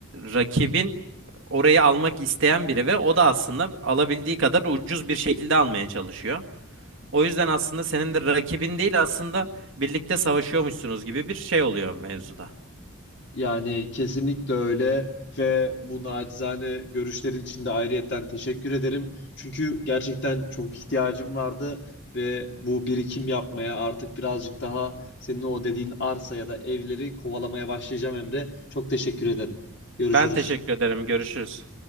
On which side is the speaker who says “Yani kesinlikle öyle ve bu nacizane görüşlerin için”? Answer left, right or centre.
Left